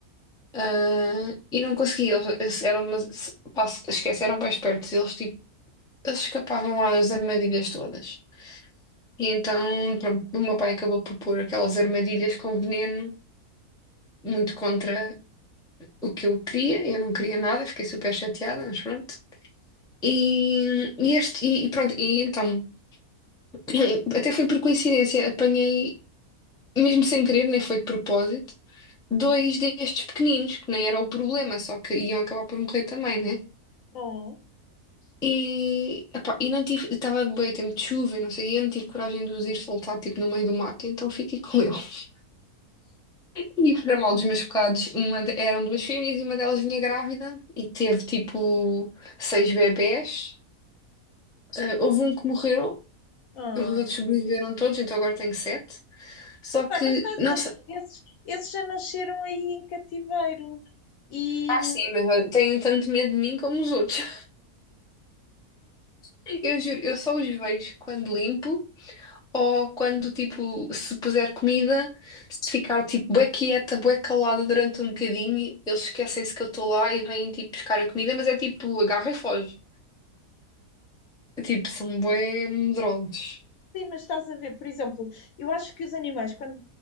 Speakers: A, in the centre; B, on the left.
A: Ah, e não consegui, eles eles eram, demas- pá, esquece, eram bem espertos, eles tipo, eles escapavam às armadilhas todas. E então, pronto, o meu pai acabou por pôr aquelas armadilhas com veneno, muito contra o que eu queria, eu não queria nada, fiquei super chateada, mas pronto. E, e este, e, e pronto, e então, <clears throat> até foi por coincidência, apanhei mesmo sem querer, nem foi de propósito, dois destes pequeninos, que nem era o problema, só que iam acabar por morrer também, né?
B: Oh,
A: E, epá, e não tive, estava bem a tempo de chuva, e não sei, e eu não tive coragem de os ir soltar, tipo, no meio do mato, então fiquei com ele. <laughs> E para mal dos meus bocados, uma de- eram duas fêmeas e uma delas vinha grávida e teve, tipo, seis bebés. Eh, houve um que morreu,
B: oh.
A: os outros sobreviveram todos, então agora tenho sete. Só que,
B: Pá, mas estás
A: não
B: a
A: sei,
B: ver, esses, esses já nasceram aí em cativeiro e
A: ah, sim, mas olha, têm tanto medo de mim como os outros. Eu juro, eu só os vejo quando limpo ou quando, tipo, se puser comida, se ficar, tipo, bué quieta, bué calada durante um bocadinho, eles esquecem-se que eu estou lá e vêm, tipo, buscar a comida, mas é tipo, agarra e foge. É, Tipo, são bué medrosos.
B: Sim, mas estás a ver, por exemplo, eu acho que os animais, quando,